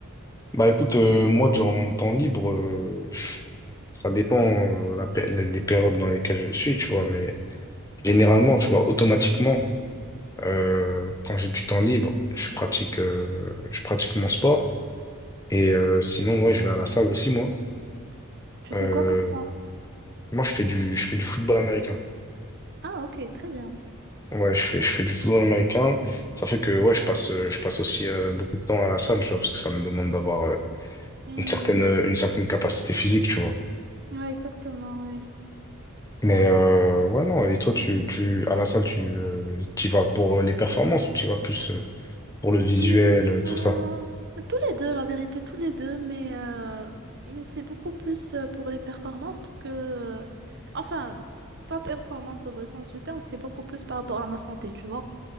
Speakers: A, on the left (about 15°); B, on the right (about 50°).
A: Bah écoute, euh, moi, durant mon temps libre, euh, ça dépend euh, la pé- les périodes dans lesquelles je suis, tu vois, mais généralement, tu vois, automatiquement, euh, quand j'ai du temps libre, je pratique, euh, je pratique mon sport. Et euh, sinon, ouais, je vais à la salle aussi, moi.
B: Tu
A: Euh,
B: fais quoi comme sport?
A: moi, je fais du, je fais du football américain.
B: Ah, ok, très bien.
A: Ouais, je fais, je fais du football américain. Ça fait que, ouais, je passe, euh, je passe aussi euh, beaucoup de temps à la salle, tu vois, parce que ça me demande d'avoir euh,
B: Hmm.
A: une certaine, euh, une certaine capacité physique, tu vois.
B: Ouais, exactement, ouais.
A: Mais euh, ouais, non, et toi, tu, tu, à la salle, tu euh, vas pour euh, les performances ou tu vas plus euh, pour le visuel,
B: Hmm,
A: euh, tout
B: euh,
A: ça?
B: tous les deux, la vérité, tous les deux, mais, euh, mais c'est beaucoup plus euh, pour les performances parce que, euh, enfin, pas performance au vrai sens du terme, c'est beaucoup plus par rapport à ma santé, tu vois.